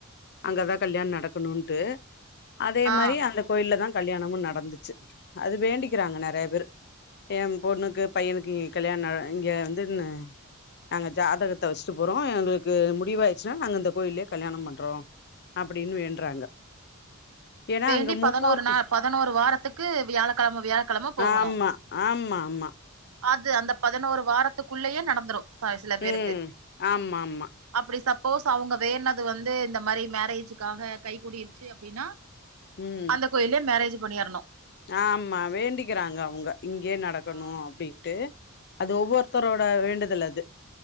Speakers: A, on the left; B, on the right.
A: அங்கதா
B: ம்
A: கல்யாண நடக்கணுன்ட்டு அதே
B: ஆ
A: மாரி அந்த கோயில்ல தா கல்யாணமு நடந்துச்சு அது வேண்டிக்கிறாங்க நெறையா பேரு ஏ பொண்ணுக்கு பையனுக்கு இங்க கல்யாண இங்க வந்துன்னு நாங்க ஜாதகத்த வெஸ்ட்டு போறோ எங்களு முடிவாயிச்சுன்னா நாங்க இந்த கோயில்லயே கல்யாணம் பண்றோ அப்படின்னு வேண்டுறாங்க ஏன்னா
B: வேண்டி
A: அங்க மும்மூர்த்தி
B: பதினோரு நாள் பதினோரு வாரத்துக்கு வியாழக்கிழம வியாழக்கிழம போகணு
A: ஆமா ஆமா ஆமா அ
B: அது அந்த பதினோரு வாரத்துக்குள்ளேயே நடந்துரு ச சிலபேருக்கு
A: ம் ஆமா ஆமா
B: அப்படி சப் போஸ் அவுங்க வேண்ட்னது வந்து இந்த மாரி மேரேஜுக்காக கை கூடிருச்சு அப்படின்னா
A: ம்
B: அந்த கோயில்லயே மேரேஜ் பண்ணிரணு
A: ஆமா வேண்டிக்கிறாங்க அவுங்க இங்கே நடக்கணு
B: ஆ
A: அப்டின்ட்டு
B: ம்
A: அது ஒவ்வொருத்தரோட வேண்டுதல் அது